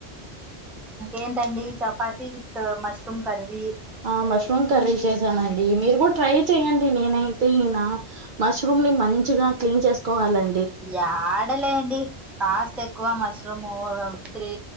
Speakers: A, in the centre; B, on the right (about 55°).
A: ఏంటండీ చపాతి విత్ మష్రూమ్ కర్రీ
B: ఆ మష్రూమ్ కర్రీ చేసానండి మీరు కూడా ట్రై చేయండి నేనైతే ఈయన మష్రూమ్ ని మంచిగా క్లీన్ చేసుకోవాలం
A: యాడ లేండి కాస్ట్ ఎక్కువ mushroom three